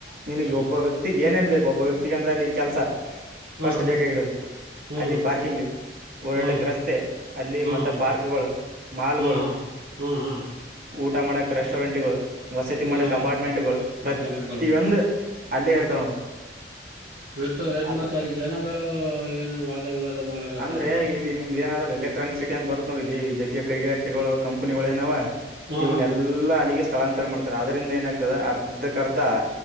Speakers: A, on the right; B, on the right.
A: ನಿನಗ್
B: ಹ್ಮ್
A: ಒಬ್ಬ ವ್ಯಕ್ತಿಗ್ ಏನೇನ್ ಬೇಕು ಒಬ್ಬ ವ್ಯಕ್ತಿಗೆ ಅಂದ್ರೆ ಅಲ್ಲಿ ಕೆಲಸ
B: ಹ್ಮ್
A: ಫಸ್ಟ್
B: ಹ್ಮ್
A: ಬೇಕಾಗಿರೋದು
B: ಹ್ಮ್
A: ಅಲ್ಲಿ ಪಾರ್ಕಿಂಗ್ ಓಡಾಡ್ಲಿಕೆ
B: ಹ್ಮ್
A: ರಸ್ತೆ ಅಲ್ಲಿ
B: ಹ್ಮ್
A: ಮತ್ತ
B: ಹ್ಮ್
A: ಪಾರ್ಕ್ಗಳು ಮಾಲ್ಗಳು
B: ಹಾ ಹಾ ಹಾ ಹಾ
A: ಊಟ ಮಾಡಕ್ ರೆಸ್ಟೋರೆಂಟ್ಗಳು ವಸತಿ
B: ಹ್ಮ
A: ಮಾಡಕ್ ಅಪಾರ್ಟ್ಮೆಂಟ್ಗಳು ಪ್ರತಿಯೊಂದು
B: ಅಪಾರ್ಟ್ಮೆಂಟ್ಗಳು
A: ಅಲ್ಲೇ ಇರ್ತಾವ ನೋಡು
B: ಇತ ರೈಟ್
A: ಅರ್ಥ
B: ಮತ್ತ ಅಲ್ಲಿ ಜನಗಳು ಏನೇನು ವಾದ ವಿವಾದ ಮಾಡಕತ್ತಾರ
A: ಅಂದ್ರೆ ಇಲ್ಲಿ ನಿಮ್ದ ಏನಾದ ಎಲೆಕ್ಟ್ರಾನಿಕ್ ಸಿಟಿ ಅಂತ ಬರುತ್ ನೋಡಿ ಇಲ್ಲಿ ಜಗ್ಗೆ ಕೈಗಾರಿಕೆಗಳು ಕಂಪನಿಗಳುಏನಾವ
B: ಹಾ
A: ಇವನ್ನ
B: ಹಾ
A: ಎಲ್ಲಾ ಅಲ್ಲಿಗೆ ಸ್ಥಳಾಂತರ ಮಾಡ್ತಾರೆ ಅದ್ರಂದ ಏನಾಗ್ತದೆ ಅರ್ಧಕ್ ಅರ್ಧ